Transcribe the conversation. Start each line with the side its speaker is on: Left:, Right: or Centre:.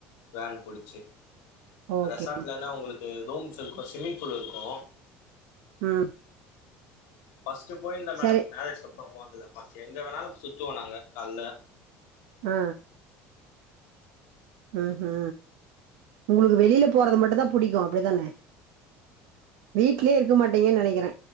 Left: வேன் புடிச்சு
Right: ஓகே
Left: ரெசாட்லனா உங்களுக்கு ரூம்ஸ் இருக்கு ஸ்விமிங் பூல் இருக்கு
Right: ம்
Left: ஃபஸ்டு போயிருந்த மேடம்
Right: சரி
Left: மேரேஜ் அப்புற போனதில்ல ஃபஸ்ட் எங்க வேணாலு சுத்துவோ நாங்க கால்ல
Right: அ ம்ஹூ உங்களுக்கு வெளியில போறது மட்டுந்தா புடிக்கு அப்டிதான வீட்லயே இருக்க மாட்டீங்கன் நெனைக்கிறே